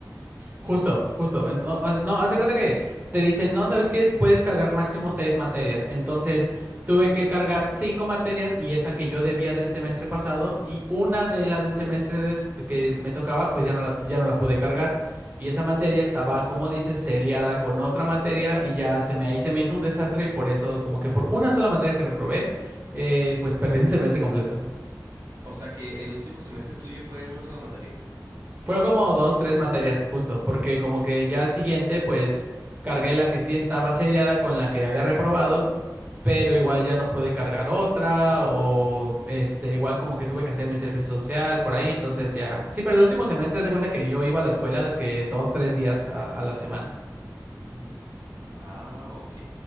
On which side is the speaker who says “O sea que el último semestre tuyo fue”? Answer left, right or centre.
Right